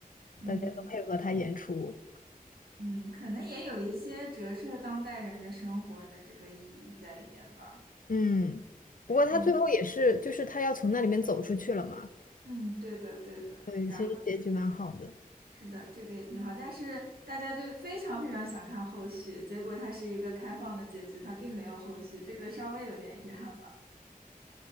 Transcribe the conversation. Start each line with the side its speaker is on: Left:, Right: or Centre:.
Right: 嗯
Left: 大家都配合他演出。
Right: 嗯，可能也有一些折射当代人的生活的这个抑郁在里面吧。
Left: 嗯，不过他最后也是，
Right: 嗯
Left: 就是他要从那里面走出去了嘛。
Right: 嗯，对的对的。
Left: 嗯，
Right: 然后
Left: 其实结局蛮好的，
Right: 是的，这个也挺好，但是大家就非常非常想看后续，结果它是一个开放的结局，它并没有后续，这个稍微有点遗憾吧。